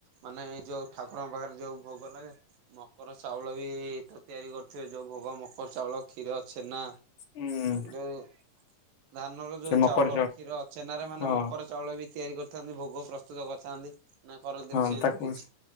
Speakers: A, on the right (about 80°); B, on the left (about 50°).
A: ମାନେ ଯୋଉ ଠାକୁରଙ୍କ ପାଖରେ ଯୋଉ ଭୋଗ ଲାଗେ ମକର ଚାଉଳ ବି ତ ତିଆରି କରୁଥିବେ ଯୋଉ ଭୋଗ ମକର ଚାଉଳ କ୍ଷୀର ଛେନା
B: ହୁଁ
A: ଯୋଉ ଧାନର
B: ସେ
A: ଯୋଉ
B: ମକର
A: ଚାଉଳ କ୍ଷୀର ଛେନାରେ ମାନେ
B: ହଁ
A: ମକର ଚାଉଳ ବି ତିଆରି କରିଥାନ୍ତି ଭୋଗ ପ୍ରସ୍ତୁତ କରିଥାନ୍ତି। ନା କରନ୍ତିନି
B: ହଁ
A: ସେମିତି
B: ତାକୁ
A: କିଛି